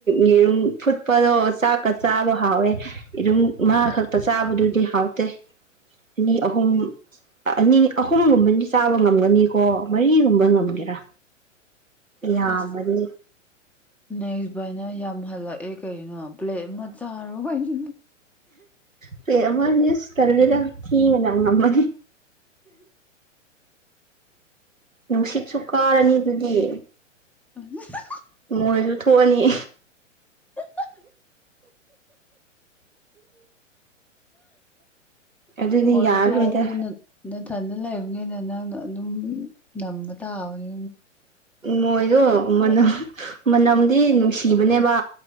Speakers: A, on the right; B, in the centre.
A: ꯌꯦꯔꯨꯝ ꯐꯨꯠꯄꯗꯣ ꯆꯥꯛꯀ ꯆꯥꯕ ꯍꯥꯎꯋꯦ꯫ ꯑꯦꯔꯨꯝ ꯃꯥ ꯈꯛꯇ ꯆꯥꯕꯗꯨꯗꯤ ꯍꯥꯎꯇꯦ꯫ ꯑꯅꯤ ꯑꯍꯨꯝ ꯑꯅꯤ ꯑꯍꯨꯝꯒꯨꯝꯕꯗꯤ ꯆꯥꯕ ꯉꯝꯒꯅꯤ꯫ ꯑꯣ ꯃꯔꯤꯒꯨꯝꯕ ꯉꯝꯒꯦꯔꯥ ꯌꯥꯝꯃꯗꯤ
B: ꯑꯁ ꯅꯦꯛꯁ ꯚꯥꯏꯅ ꯌꯥꯝ ꯍꯜꯂꯛꯑꯦ ꯀꯩꯅꯣ ꯄ꯭ꯂꯦꯠ ꯑꯃ ꯆꯥꯔꯣ ꯀꯩꯅ꯫
A: ꯄ꯭ꯂꯦ ꯑꯃꯗꯤ ꯇꯜꯂꯦꯗ ꯊꯤ ꯃꯅꯝ ꯅꯝꯒꯅꯤ꯫ ꯅꯨꯡꯁꯤꯠꯁꯨ ꯀꯥꯔꯅꯤ ꯗꯨꯗꯤ꯫
B: <unintelligible>
A: ꯃꯣꯏꯖꯨ ꯊꯣꯛꯑꯥꯅꯤ꯫
B: <unintelligible>
A: ꯑꯗꯨꯗꯤ
B: ꯃꯣꯏ
A: ꯌꯥꯔꯔꯣꯏꯗ
B: ꯊꯣꯛꯑꯁꯨ ꯅꯊꯟꯗ ꯂꯩꯕꯅꯤꯅ ꯅꯪꯅ ꯑꯗꯨꯝ ꯅꯝꯕ ꯇꯥꯕꯅꯤ꯫
A: ꯃꯣꯏꯗꯣ ꯃꯅꯝ ꯃꯅꯝꯗꯤ ꯅꯨꯡꯁꯤꯕꯅꯦꯕ꯫